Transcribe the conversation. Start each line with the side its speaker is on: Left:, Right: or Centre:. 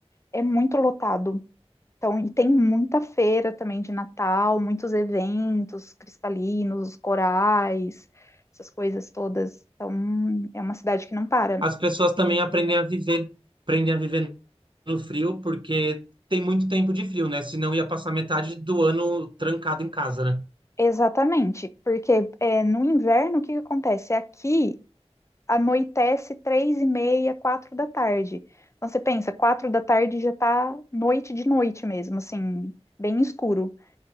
Left: é muito lotado. Então, e tem muita feira também de Natal, muitos eventos cristalinos, corais, essas coisas todas. Então, é uma cidade que não para.
Right: As pessoas também aprendem a viver, aprendem a viver no frio, porque tem muito tempo de frio, né? Senão ia passar metade do ano trancado em casa, né?
Left: Exatamente, porque é, no inverno o que que acontece? Aqui anoitece três e meia, quatro da tarde. Então você pensa, quatro da tarde já tá noite de noite mesmo, assim, bem escuro.